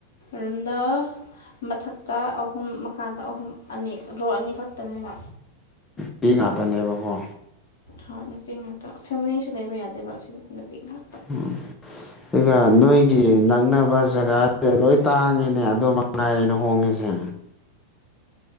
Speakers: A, on the left (about 60°); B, on the left (about 15°).
A: ꯔꯨꯝꯗ ꯃꯊꯛꯇ ꯑꯍꯨꯝ ꯃꯈꯥꯗ ꯑꯍꯨꯝ ꯑꯅꯤ ꯔꯣꯜ ꯑꯅꯤ ꯈꯛꯇꯅꯦꯕ
B: ꯄꯤ ꯉꯥꯛꯇꯅꯦꯕꯀꯣ
A: ꯍꯣꯏ ꯅꯨꯄꯤ ꯉꯥꯛꯇ ꯐꯦꯃꯤꯂꯤꯁꯨ ꯂꯩꯕ ꯌꯥꯗꯦꯕ ꯑꯁꯤꯗꯤ ꯅꯨꯄꯤ ꯉꯥꯛꯇ
B: ꯎꯝ ꯑꯗꯨꯒ ꯅꯣꯏꯒꯤ ꯅꯛꯅꯕ ꯖꯒꯥꯗꯨꯗ ꯂꯣꯏ ꯇꯥꯡꯉꯤꯅꯦ ꯑꯗꯨ ꯃ ꯉꯥꯏꯔꯦꯅ ꯍꯣꯡꯉꯁꯦ